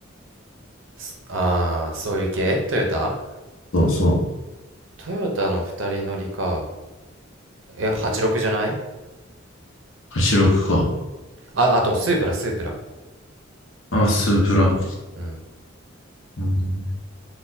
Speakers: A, on the right; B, on the left.
A: ーあー、そういう系トヨタ
B: そうそう。
A: トヨタの二人乗りか。え、86じゅうろくじゃない
B: 86か。
A: あ、あと、スープラ、スープラ。
B: あ、スープラ。
A: うん。
B: うん、